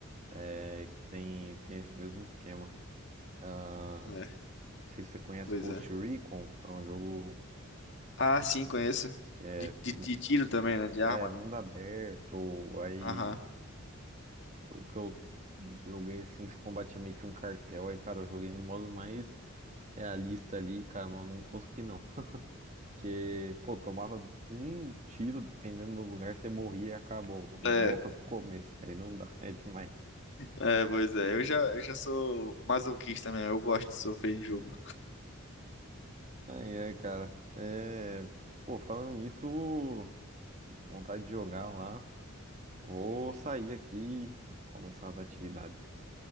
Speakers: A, on the right (about 35°); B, on the left (about 55°).
A: é, que tem, tem esse mesmo esquema. Ah,
B: É,
A: não sei se você conhece
B: pois
A: Ghost
B: é.
A: Recon, é um jogo
B: Ah, sim, conheço.
A: que é,
B: De, de,
A: mu-
B: de tiro também, né, de arma,
A: é mundo
B: né?
A: aberto. Aí
B: Aham.
A: o que eu joguei assim, esse combate é meio que um cartel. Aí, cara, eu joguei no modo mais realista ali, cara, mas eu não consegui não. Porque, pô, tomava um tiro, dependendo do lugar, você morria e acabou. Volta
B: É,
A: pro começo, aí não dá, <laughs> é demais.
B: é, pois é. Eu já, eu já sou masoquista mesmo, eu gosto de sofrer em jogo.
A: Aí, é, cara, é. Pô, falando nisso, vontade de jogar lá. Vou sair aqui, começar as atividades.